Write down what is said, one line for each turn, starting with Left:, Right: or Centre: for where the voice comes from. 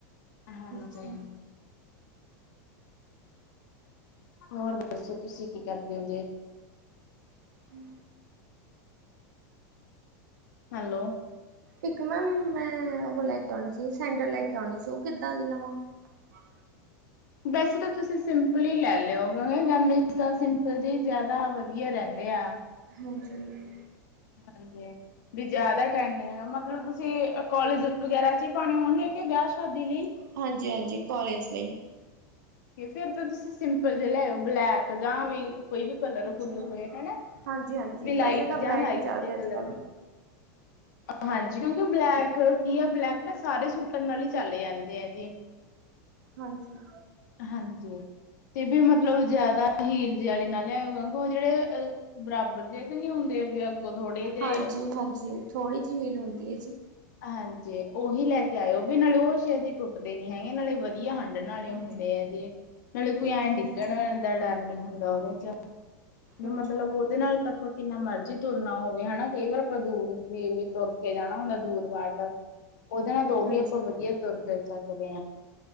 Left: ਹਾਂਜੀ।
Right: ਅੱਛਾ।
Left: ਹੋਰ ਦੱਸੋ ਤੁਸੀਂ ਕੀ ਕਰਦੇ ਹੋ ਜੇ।
Right: ਹੂੰ,
Left: ਹੈਲੋ,
Right: ਇੱਕ ਮੈਮ ਮੈਂ ਉਹ ਲੈ ਕੇ ਆਉਣੀ ਸੀ ਸੈਂਡਲ ਲੈ ਕੇ ਆਉਣੇ ਸੀ ਉਹ ਕਿੱਦਾਂ ਦੀ ਲਵਾਂ। ਹਾਂ,
Left: ਵੈਸੇ ਤਾਂ ਤੁਸੀਂ ਸਿੰਪਲ ਹੀ ਲੈ ਲਿਓ ਕਿਉਂਕਿ ਗਮ ਤਾਂ ਸਿੰਪਲ ਜੀ ਜ਼ਿਆਦਾ ਵਧੀਆ ਰਹਿੰਦੇ ਆ।
Right: ਹਾਂਜੀ-
Left: ਹਾਂਜੀ <unintelligible> ਜ਼ਿਆਦਾ ਟੈਂਡਿੰਗ ਮਤਲਬ ਤੁਸੀਂ ਕੋਲੇਜ ਵਗੈਰਾ ਚ ਹੀ ਪਾਉਣੇ ਹੋਣਗੇ ਕਿ ਵਿਆਹ ਸ਼ਾਦੀ ਲਈ।
Right: ਹਾਂਜੀ ਹਾਂਜੀ ਕੋਲੇਜ ਲਈ।
Left: ਫਿਰ ਤਾਂ ਤੁਸੀਂ ਸਿੰਪਲ ਜੇ ਲੈ ਬਲੈਕ ਜਾਂ ਵੀ ਕੋਈ ਵੀ ਕਲਰ
Right: ਅੱਛਾ,
Left: ਫੁੱਲ ਹੋਏ ਹਨਾ।
Right: ਹਾਂਜੀ, ਹਾਂਜੀ
Left: ਵੀ ਲਾਈਟ
Right: ਵੈਸੇ ਤਾਂ
Left: ਜਾਂ
Right: ਬਲੈਕ
Left: ਲਾਈਟ
Right: ਹੀ ਚੱਲਦੇ
Left: ਜ
Right: ਅੱਜ
Left: ਕਲਰ
Right: ਕੱਲ
Left: ਹਾਂਜੀ ਕਿਉਂਕਿ ਬਲੈਕ ਕੀ ਆ ਬਲੈਕ ਨਾ ਸਾਰੇ ਸੂਟਰ ਨਾਲ ਹੀ ਚਲੇ ਜਾਂਦੇ ਆ ਜੀ।
Right: ਹਾਂਜੀ,
Left: ਹਾਂਜੀ ਤੇ ਵੀ ਮਤਲਬ ਜਿਆਦਾ ਹੀਲ ਜਿਆਲੀ ਨਾਲ ਲਿਆਓਗਾ ਕਿ ਜਿਹੜੇ ਬਰਾਬਰ ਜੇ ਤੇ ਨੀ ਹੁੰਦੇ। ਥੋੜੇ ਜੇ
Right: ਹਾਂਜੀ ਹਾਂਜੀ, ਥੋੜ੍ਹੀ ਜਿ ਹੀਲ ਹੁੰਦੀ ਹੈ ਜੀ।
Left: ਹਾਂਜੀ ਉਹੀ ਲੈ ਕੇ ਆਇਓ ਵੀ ਨਾਲੇ ਉਹ ਸ਼ੇਤੀ ਟੁੱਟਦੇ ਨੀ ਹੈਗੇ ਨਾਲੇ ਵਧੀਆ ਹੰਢਣ ਨਾਲੇ
Right: ਹਾਂਜੀ,
Left: ਹੁਣੇ ਤੇ ਅਜੇ ਕੋਈ
Right: ਹਾਂਜੀ,
Left: ਐ ਡਿੱਗਣ
Right: ਹਾਂਜੀ,
Left: ਦਾ ਡਰ ਨਹੀਂ ਹੁੰਦਾ ਉਹਦੇ
Right: ਹਾਂਜੀ,
Left: ਮਤਲਬ ਤੇ ਨਾਲ ਤੱਕ ਕਿੰਨਾ ਮਰਜ਼ੀ ਤੁਰਨਾ ਹੋਵੇ ਹਨਾ ਕਈ ਵਾਰ ਆਪਾਂ ਦੂਰ ਵੀ ਤੁਰ ਕੇ ਜਾਣਾ ਹੁਣ ਦੂਰ ਵਾਟ ਉਹਦੇ ਨਾਲ ਦੋ ਵੀ
Right: ਹਾਂਜੀ,
Left: ਆਪਾਂ ਵਧੀਆ ਤੁਰ ਪਏ ਸਕਦੇ